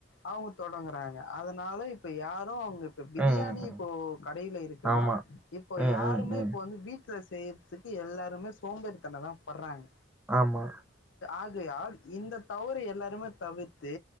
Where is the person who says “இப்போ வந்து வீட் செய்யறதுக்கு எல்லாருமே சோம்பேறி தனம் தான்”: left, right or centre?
Left